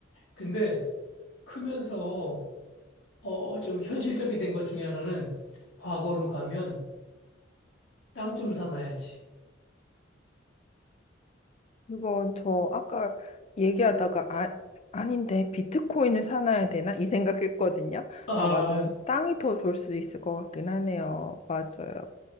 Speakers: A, on the left (about 70°); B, on the left (about 35°).
A: 근데 크면서, 어, 좀 현실적이 된 것 중에 하나는 과거로 가면 땅 좀 사놔야지.
B: 그거 저 아까 얘기하다가 아, 아닌데 비트코인을 사놔야 되나? 이 생각했거든요.
A: 아,
B: 아, 맞아요. 땅이 더 좋을 수 있을 것 같긴 하네요. 맞아요.